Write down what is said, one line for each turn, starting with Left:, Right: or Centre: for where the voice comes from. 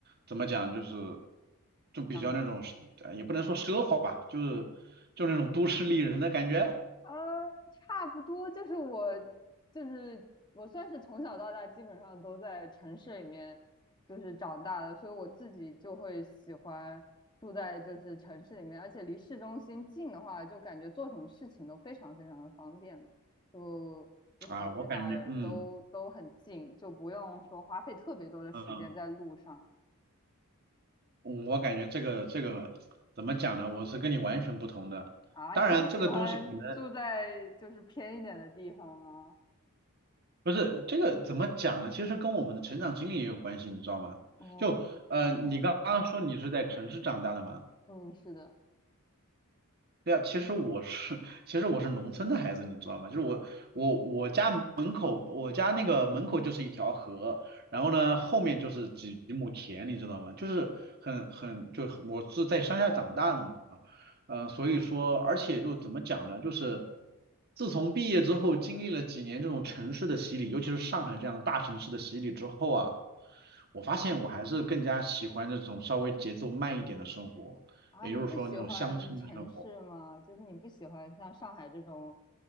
Right: 怎么讲，就是就比较那种是呃也不能说奢华吧，
Left: 涨
Right: 就是就那种都市丽人的感觉
Left: 呃，差不多就是我，就是我算是从小到大基本上都在城市里面就是长大的，所以我自己就会喜欢住在就是城市里面，而且离市中心近的话，就感觉做什么事情都非常非常的方便，就我想去哪儿都都很近，
Right: 啊。我感觉，嗯
Left: 就不用说花费特别多的时间在路上
Right: 嗯，嗯我感觉这个这个怎么讲呢？我是跟你完全不同的。
Left: 啊。
Right: 当然，
Left: 你是喜欢住在就是偏一点的地方吗？
Right: 这个东西可能。不是这个怎么讲呢？其实跟我们的成长经历也有关系，你知道吗？
Left: 哦，
Right: 就呃，
Left: 怎么说？
Right: 你刚刚说你是在城市长大的嘛，
Left: 嗯，是的。
Right: 对啊，其实我是，<laughs> 其实我是农村的孩子，你知道吗？就是我，我我家门口，我家那个门口就是一条河，然后呢，
Left: 哦
Right: 后面就是几几亩田，你知道吗？就是很很，就很我是在乡下长大的嘛，呃，所以说，
Left: 哦
Right: 而且就怎么讲呢？就是自从毕业之后，经历了几年这种城市的洗礼，尤其是上海这样的大城市的洗礼之后啊，我发现我还是更加喜欢这种稍微节奏慢一点的生活，
Left: 啊！
Right: 也就是说那种乡村的生活。
Left: 你不喜欢城市吗？就是你不喜欢像上海这种，